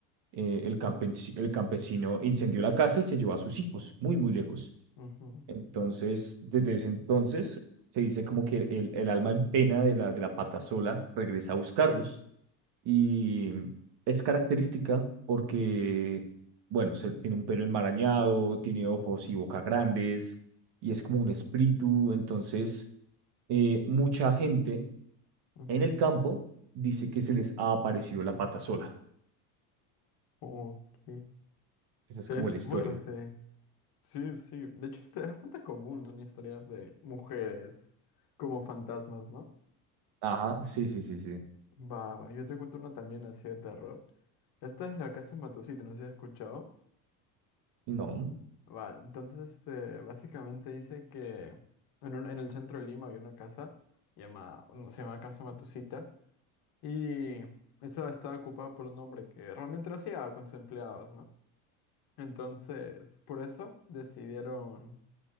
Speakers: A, on the right; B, on the left.
A: Eh, el campes- el campesino incendió la casa y se llevó a sus hijos muy, muy lejos.
B: Ujú,
A: Entonces, desde ese entonces se dice como que el, el alma en pena de la, de la pata sola regresa a buscarlos. Y es característica porque, bueno, se- tiene un pelo enmarañado, tiene ojos y boca grandes, y es como un espíritu. Entonces, eh, mucha gente
B: ujú.
A: en el campo dice que se les ha aparecido la pata sola.
B: Ok.
A: Esa es
B: Se
A: como
B: ve fuerte.
A: la historia.
B: Sí, sí. De hecho, este es bastante común, son historias de mujeres como fantasmas, ¿no?
A: Ajá, sí, sí, sí, sí.
B: Va, va. Yo te cuento una también así de terror. Esta es la casa Matusita, no sé si has escuchado.
A: No,
B: Va, entonces, este, básicamente dice que en, un- en el centro de Lima había una casa, llama, no, se llama Casa Matusita, y esa estaba ocupada por un hombre que realmente no hacía con sus empleados, ¿no? Entonces, por eso decidieron.